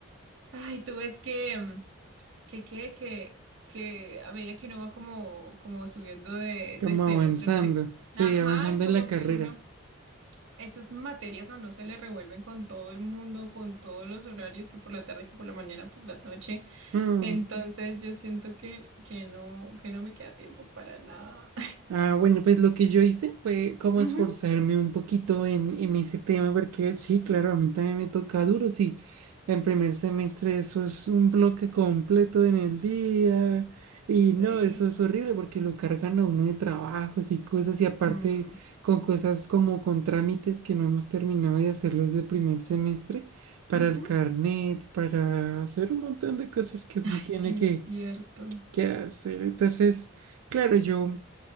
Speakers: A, on the right (about 65°); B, on the right (about 80°).
A: ay, tú ves que... mm, que quede que, que a medida que uno va como, como subiendo de,
B: como
A: de semestre,
B: avanzando,
A: no sé,
B: sí,
A: ajá,
B: avanzando
A: como
B: en la carrera.
A: que uno, esas materias a no se le revuelven con todo el mundo, con todos los horarios, que por la tarde, que por la mañana, por la noche.
B: Mm.
A: Entonces yo siento que, que no, que no me queda tiempo para nada.
B: Ah, bueno, pues lo que yo hice fue como
A: <laughs>
B: esforzarme
A: Ujú,
B: un poquito en, en ese tema, porque sí, claro, a mí también me toca duro, sí. En primer semestre eso es un bloque completo en el día y no,
A: sí.
B: eso es horrible porque lo cargan a uno de trabajos y cosas y aparte
A: Mm,
B: con cosas como con trámites que no hemos terminado de hacerlos de primer semestre para
A: ujú.
B: el carnet, para hacer un montón de cosas que uno
A: Ay,
B: tiene
A: sí,
B: que,
A: es cierto.
B: que hacer. Entonces, claro, yo...